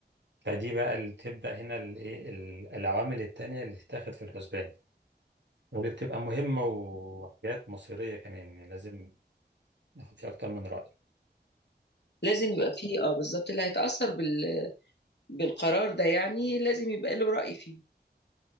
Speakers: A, on the right (about 85°); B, on the left (about 70°).
A: فدي بقى اللي تبدأ هنا الإيه ال- العوامل التانية اللي تتاخد في الحسبان ودي بتبقى مهمة وحاجات مصيرية كمان يعني لازم ناخد فيها أكتر من رأي
B: لازم يبقى في آه بالضبط، اللي هيتأثّر بال بالقرار ده يعني لازم يبقى له رأي فيه،